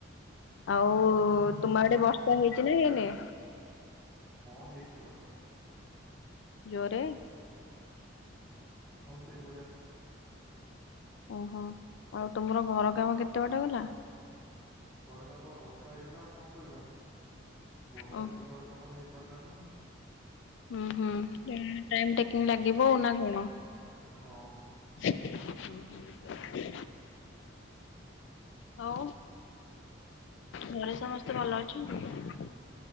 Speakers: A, on the left; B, in the centre.
A: ଆଉ ତୁମ ଆଡେ ବର୍ଷା ହେଇଛି ନା ହେଇନି।
B: ହଁ ହେଇଚି ବର୍ଷା।
A: ଜୋରେ?
B: ହଁ ସେଇ ଭଳିଆ।
A: ଓହୋ। ଆଉ ତମର ଘର କାମ କେତେବାଟ ଗଲା?
B: ଘର କାମ ବା ବର୍ଷା ହେଇଗଲା ଆଉ କଣ କରିବା ବର୍ଷାରେ
A: ଓ
B: ତ ଘର କାମ ହେଇପାରିଲାନି ଆଉ।
A: ଉ ହୁଁ ଟାଇମ ଟେକିଂ ଲାଗିବ ନା କଣ? ଅ
B: ହଁ
A: ହଁ। ଆଉ ଘରେ ସମସ୍ତେ ଭଲ ଅଛନ୍ତି?